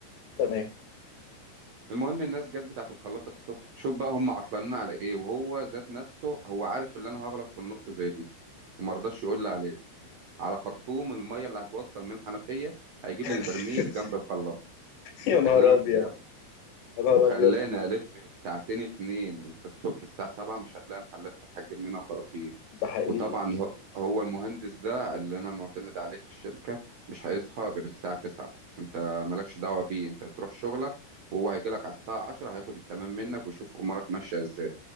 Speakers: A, on the left (about 70°); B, on the right (about 70°).
A: تمام
B: المهم الناس جت بتاعه الخلاطه الصبح شوف بقى هم عطلانين على ايه وهو ذات نفسه هو عارف ان انا هغلط في النقطه زي دي وما رضاش يقول لي عليه على خرطوم الميه اللي هتوصل من الحنفيه هيجيب لي البرميل
A: <laughs>
B: جنب الخلاط بكلمك
A: يا نهار أبيض
B: بجد
A: يا نهار
B: وخلاني
A: أبيض
B: الف ساعتين اتنين انت الصبح الساعه 7 مش هتلاقي محلات فاتحه تجيب منها خراطيم
A: ده حقيقي
B: وطبعا هو هو المهندس ده اللي انا معتمد عليه في الشركه مش هيصحى غير الساعه 9 انت مالكش دعوه بيه انت تروح شغلك وهو هيجي لك على الساعه 10 هياخد التمام منك ويشوف امورك ماشيه ازاي